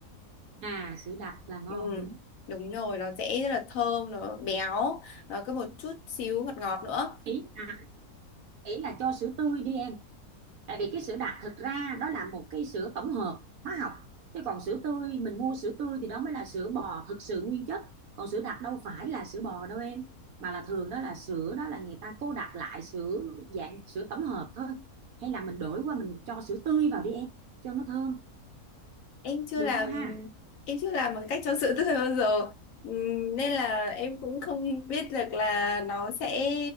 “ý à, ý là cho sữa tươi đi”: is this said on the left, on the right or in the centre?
Right